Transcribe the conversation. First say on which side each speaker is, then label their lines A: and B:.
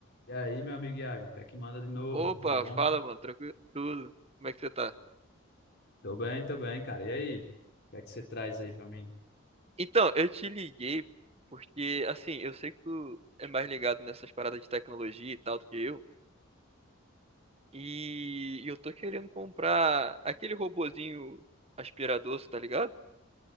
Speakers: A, on the left (about 50°); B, on the right (about 30°).
A: E aí, meu amigo Iago, o que é que manda de novo?
B: Opa,
A: Tudo bom?
B: fala, mano, tranquilo, tudo. Como é que você tá?
A: Tô bem, tô bem, cara. E aí? O que é que você traz aí pra mim?
B: Então, eu te liguei porque, assim, eu sei que tu é mais ligado nessas paradas de tecnologia e tal do que eu, e, eu tô querendo comprar aquele robozinho aspirador, cê tá ligado?